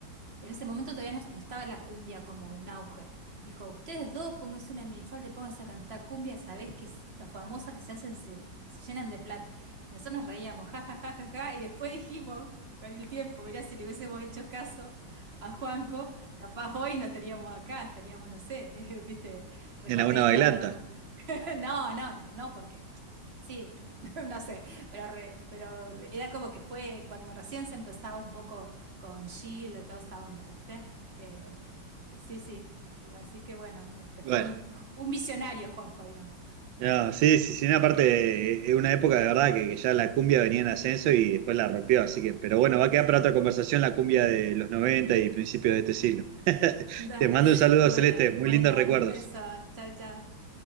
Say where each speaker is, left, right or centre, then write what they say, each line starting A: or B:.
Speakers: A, on the right; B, on the right.
A: En ese momento todavía no, no estaba la cumbia como un auge. Dijo, ustedes dos, pónganse una minifalda y pónganse a cantar cumbia, sabés que es- los famosas que se hacen se, se llenan de plata. Y nosotros nos reíamos, ja, ja, ja, ja, ja, y después dijimos, con el tiempo, mirá, si le hubiésemos hecho caso a Juanjo, capaz hoy no estaríamos acá, estaríamos, no sé, <laughs> viste, recorriéndolo.
B: En alguna bailanta.
A: <laughs> No, no, no, porque Sí, <laughs> no, no- no sé, pero, re- pero era como que fue cuando recién se empezaba un poco con Shield, y toda esa onda, ¿viste? Que eh, sí, sí. Así que bueno, este
B: Bueno.
A: fue un, un visionario, Juanjo, digamos.
B: No, sí, sí, sí, una parte, es una época de verdad que, que ya la cumbia venía en ascenso y después la rompió, así que, pero bueno, va a quedar
A: Sí,
B: para otra
A: <laughs>
B: conversación la cumbia de los 90 y principios de este siglo.
A: dale.
B: Te mando un saludo,
A: Bueno,
B: Celeste, muy
A: bueno,
B: lindos recuerdos.
A: un beso. Chao, chao.